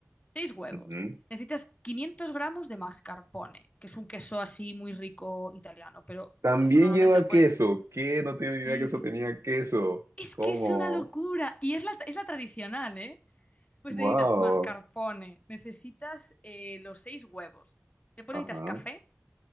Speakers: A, on the left; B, on the right.
A: Seis huevos.
B: ujú.
A: Necesitas 500 gramos de mascarpone, que es un queso así muy rico italiano, pero
B: También
A: eso normalmente
B: lleva
A: lo puedes...
B: queso. ¿Qué? No tenía ni idea
A: Ujú.
B: que eso tenía queso.
A: Es
B: ¿Cómo?
A: que es una locura. Y es la, es la tradicional, ¿eh? Pues
B: Wow.
A: necesitas mascarpone, necesitas eh, los seis huevos. Después
B: Ajá.
A: necesitas café.